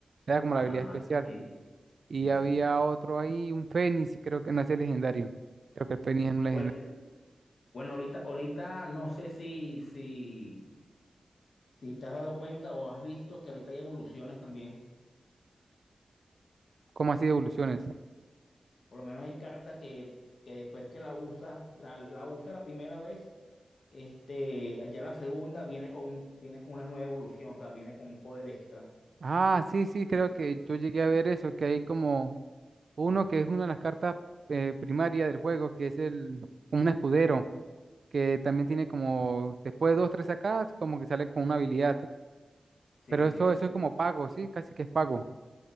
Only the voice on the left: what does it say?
Ah,
sí,
sí,
sí.
Bueno, bueno, ahorita, ahorita no sé si, si Si te has dado cuenta o has visto que ahorita hay evoluciones también,
por lo menos hay cartas que, que después que la usas, la, la usas la primera vez, este, ya la segunda viene con un, viene con una nueva evolución, o sea, viene con un poder extra.
Sí,
sí.